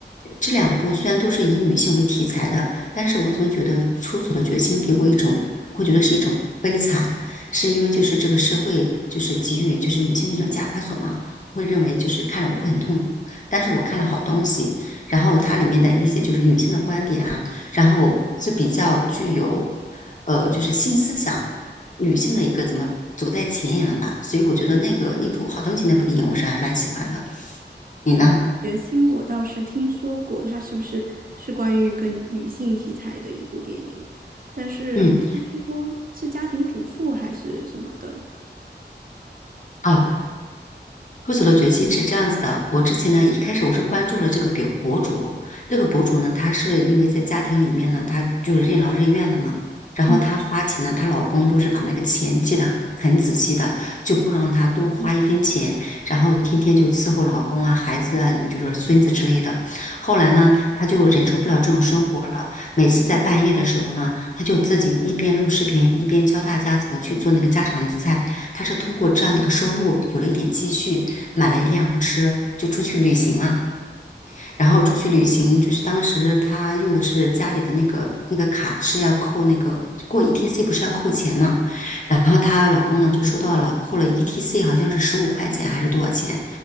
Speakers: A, on the left; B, on the right.
A: 这两部虽然都是以女性为题材的，但是我总觉得《出走的决心》给我一种我会觉得是一种悲惨，是因为就是这个社会就是给予就是女性的一种枷锁嘛，会认为就是看着我会很痛苦，但是我看了好东西，然后它里面的一些就是女性的观点啊，然后是比较具有呃就是新思想女性的一个怎么走在前沿了吧，所以我觉得那个那部好东西那部电影我是还蛮喜欢的，你呢？
B: 《决心》我倒是听说过，它是不是是关于一个女性题材的一部电影？但是好像是说是家庭主妇还是什么的。
A: 嗯。啊，喝酒的决心是这样子的，我之前呢，一开始我是关注了这个表博主，这个博主呢，她是因为在家庭里面呢，她就是任劳任怨的嘛，然后她花钱呢，
B: 嗯
A: 她老公都是把那个钱记得很仔细的，就不让她多花一分钱，
B: 嗯
A: 然后天天就伺候老公啊、孩子啊，就是孙子之类的。后来呢，她就忍受不了这种生活了，每次在半夜的时候呢，她就自己一边录视频，一边教大家怎么去做那个家常菜，她是通过这样的一个收入有了一点积蓄。买了一辆车就出去旅行嘛。然后出去旅行，就是当时他用的是家里的那个那个卡，是要扣那个过 ETC 不是要扣钱嘛？然后她老公呢就收到了扣了 ETC，好像是十五块钱还是多少钱？